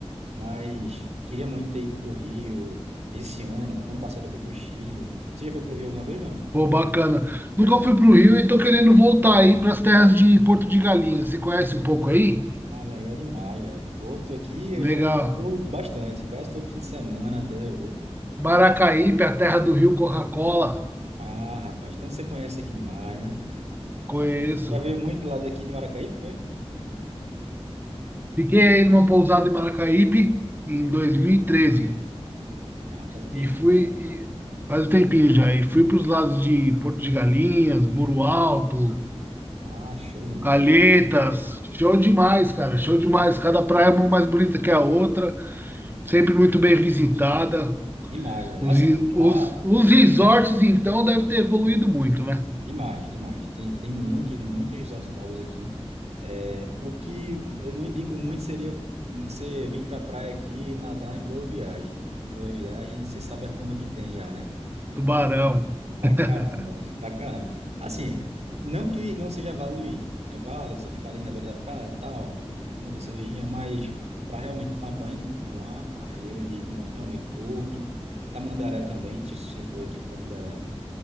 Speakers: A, on the right; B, on the right.
A: Mas queria muito ter ido pro Rio esse ano. Ano passado eu fui pro Chile. Você já foi pro Rio alguma vez, não?
B: Pô, bacana. Nunca fui pro Rio e tô querendo voltar aí pras terras de Porto de Galinhas. Você conhece um pouco aí?
A: Ah, legal demais, velho. Porto aqui eu
B: Legal.
A: já vou bastante. Quase todo fim de semana até eu vou.
B: Maracaípe, a terra do Rio Coca-Cola.
A: Ah, rapaz. Então você conhece aqui demais, né?
B: Conheço.
A: Já veio muito pro lado aqui de Maracaípe, foi?
B: Fiquei aí numa pousada em Maracaípe em 2013.
A: Ah, faz um tempinho
B: E fui,
A: já.
B: e faz um tempinho já, e fui para os lados de Porto de Galinhas, Muro Alto,
A: Ah, show demais.
B: Calhetas. Show demais, cara, show demais. Cada praia é uma mais bonita que a outra, sempre muito bem visitada.
A: Demais, velho.
B: Os,
A: Assim,
B: re- os,
A: lá,
B: os resorts, então, devem ter evoluído muito, né?
A: demais, demais. Tem, tem muitos, muitos resorts novos aqui. É, o que eu não indico muito seria você vir para a praia aqui e nadar em Boa Viagem. Que Boa Viagem, você sabe a fama que tem já, né?
B: Tubarão,
A: Pra
B: <laughs>
A: caramba, pra caramba. Assim, não que não seja válido ir. É válido você ficar ali na beira da praia e tal, tomando a cervejinha, mas para realmente tomar banho de de mar, aí eu indico muito realmente Porto, Tamandaré também, não sei se você foi aqui para Tamandaré.